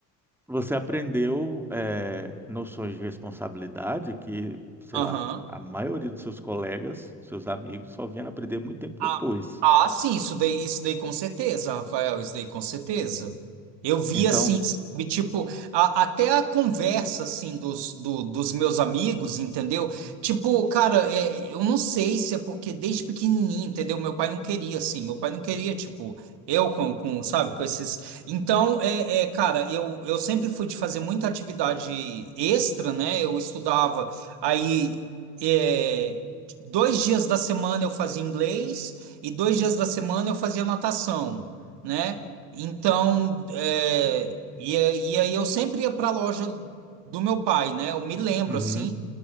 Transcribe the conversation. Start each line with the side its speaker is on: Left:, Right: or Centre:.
Centre: Você aprendeu eh, noções de responsabilidade que, sei
Right: perguntei.
Centre: lá, a maioria dos seus colegas, seus amigos, só vieram aprender muito tempo
Right: Ah,
Centre: depois.
Right: ah, sim, isso daí, isso daí com certeza, Rafael, isso daí com certeza. Eu vi
Centre: Então,
Right: assim, sabe, tipo, a- até a conversa, assim, dos, do- dos meus amigos, entendeu? Tipo, cara, é, eu não sei se é porque desde pequenininho, entendeu? Meu pai não queria, assim, meu pai não queria, tipo, eu com, com, sabe, com esses... Então, é, é, cara, eu, eu sempre fui de fazer muita atividade extra, né? Eu estudava, aí... é, Dois dias da semana eu fazia inglês, e dois dias da semana eu fazia natação, né? Então, é, e, a- e aí eu sempre ia para a loja do meu pai, né? Eu me lembro
Centre: Uhum.
Right: assim.